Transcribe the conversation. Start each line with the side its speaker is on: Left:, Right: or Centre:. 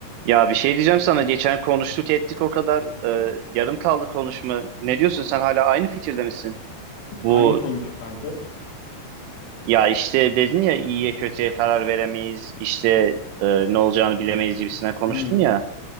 Right: Ya bir şey diyeceğim sana. Geçen konuştuk ettik o kadar. e, yarım kaldı konuşma. Ne diyorsun sen hala aynı fikirde misin?
Left: Hangi
Right: Bu
Left: konuda kanka?
Right: ya işte dedin ya iyiye kötüye karar veremeyiz. İşte e, ne olacağını bilemeyiz gibisinden konuştun
Left: Hmm,
Right: ya.